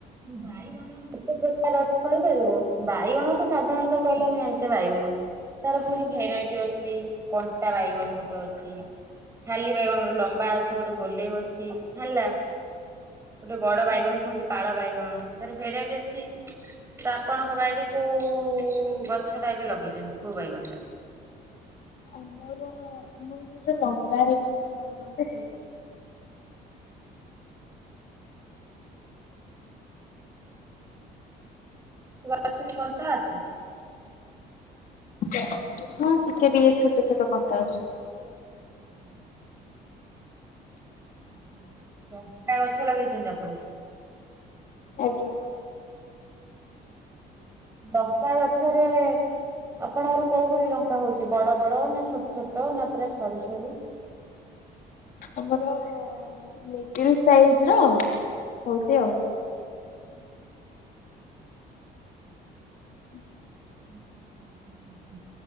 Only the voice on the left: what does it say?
ଆଜ୍ଞା।
ଆମର ଆମର ଯୋଉଟା ଲମ୍ବା ହେଇକି ଯୋଉ ବାଇଗଣ ଟା ସେଇଟା।
ଯେ ଆସୁଛୁ ହଁ ଟିକେ ଟିକେ ଛୋଟ ଛୋଟ କଣ୍ଟା ଅଛି।
ଆଜ୍ଞା।
ଆମର ମିଡିଲ୍ ସାଇଜ୍ ର ହଉଛି ଆଉ। <inaudible>